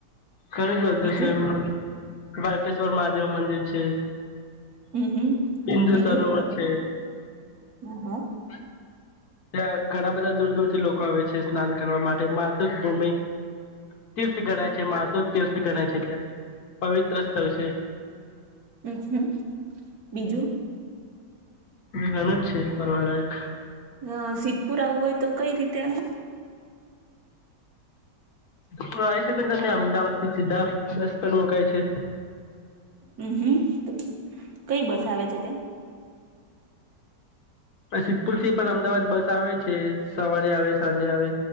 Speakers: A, on the left; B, on the right.
A: ઘણ જ બધું
B: બીજું
A: છે એ બાલકેશ્વર મહાદેવ મંદિર છે.
B: હમ હમ
A: બિંદુ
B: બીજું
A: સરોવર હ.
B: હ હા.
A: હા. ત્યાં ઘણા બધા દૂર દૂર થી લોકો આવે છે. સ્નાન કરવા માટે માતૃભૂમિ તીર્થ ગણાય છે માતો તીર્થ ગણાય છે. ત્યાં પવિત્ર સ્થળ છે.
B: હમ હમ બીજું?
A: હ જા જ છ કરવા લાયક.
B: અ સિદ્ધપુર આવવું હોય તો કઈ રીતે આવ?
A: ધ આવી શકે ને તમને અમદાવાદ થી સીધા બસ પણ મુકાય છે.
B: હમ હમ તો કઈ બસ આવે છે ત્યા?
A: સિદ્ધપુર થી પણ અમદાવાદ બસ આવે છે. સવારે આવે સાંજે આવે.